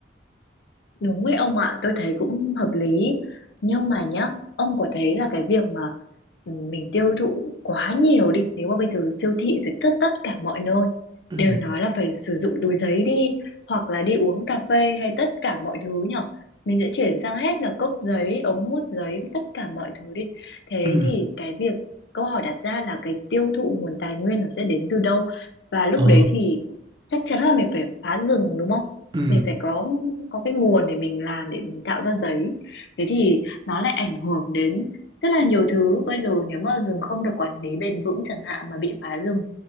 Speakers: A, on the left; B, on the right.
A: Đúng ấy ông ạ, tôi thấy cũng hợp lý. Nhưng mà nhá, ông có thấy là cái việc mà ừ, mình tiêu thụ quá nhiều đi, nếu mà bây giờ siêu thị rồi tất tất cả mọi nơi
B: Ừ,
A: đều nói là phải sử dụng túi giấy đi, hoặc là đi uống cà phê hay tất cả mọi thứ nhở. Mình sẽ chuyển sang hết là cốc giấy, ống hút giấy, tất cả mọi thứ đi. Thế
B: ừ,
A: thì cái việc câu hỏi đặt ra là cái tiêu thụ nguồn tài nguyên nó sẽ đến từ đâu? Và lúc
B: ờ,
A: đấy thì chắc chắn là mình phải phá rừng đúng không?
B: ừ,
A: mình phải có có cái nguồn để mình làm để mình tạo ra giấy thế thì nó lại ảnh hưởng đến rất là nhiều thứ bây giờ nếu mà rừng không được quản lý bền vững chẳng hạn mà bị phá rừng